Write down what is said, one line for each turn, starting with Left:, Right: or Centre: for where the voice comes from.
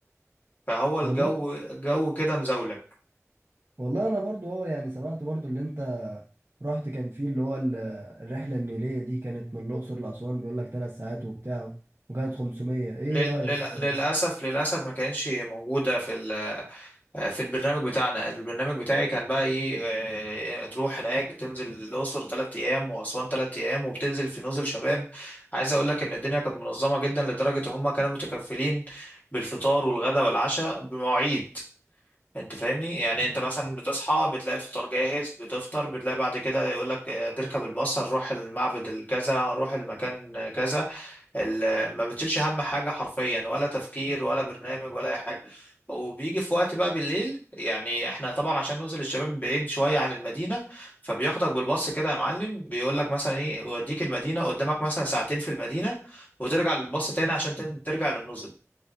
Left: فهو الجو
Right: والله
Left: الجو كده مزاولك
Right: والله انا برضو اه يعني سمعت برضو اللي انت رحت كان فيه اللي هو ال- الرحلة النيلية دي كانت من الأقصر لأسوان بيقول لك ثلاث ساعات وبتاع وكانت 500 ايه
Left: لل...
Right: رأيك
Left: لل...
Right: فيها دي؟
Left: للاسف للاسف ما كانش موجوده في آه، في البرنامج بتاعنا البرنامج بتاعي كان بقى ايه آه، آه، تروح هناك تنزل الأقصر تلات أيام وأسوان تلات أيام وبتنزل في نزل شباب عايز أقول لك إن الدنيا كانت منظمة جدا لدرجة هم كانوا متكفلين بالفطار والغداء والعشاء بمواعيد انت فاهمني يعني انت مثلا بتصحى بتلاقي الفطار جاهز بتفطر بتلاقي بعد كده يقول لك آه، تركب الباص هنروح المعبد الكذا هنروح المكان كذا ال- ما بتشيلش هم حاجة حرفيا ولا تفكير ولا برنامج ولا أي حاجة وبيجي في وقت بقى بالليل يعني احنا طبعا عشان ننزل الشباب بعيد شوية عن المدينة فبياخدك بالباص كده يا معلم بيقول لك مثلا ايه يوديك المدينة قدامك مثلا ساعتين في المدينة وترجع للباص تاني عشان تن- ترجع للنزل